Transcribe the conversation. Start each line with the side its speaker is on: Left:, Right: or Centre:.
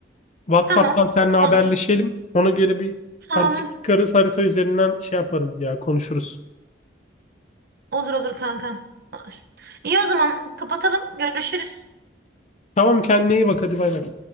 Left: WhatsApp'tan
Right: Tamam
Left: seninle
Right: olur.
Left: haberleşelim. Ona göre bir
Right: Tamam
Left: harita çıkarız. Harita üzerinden şey yaparız ya konuşuruz.
Right: olur olur kankam olur. İyi o zaman kapatalım görüşürüz.
Left: Tamam kendine iyi bak hadi bay bay.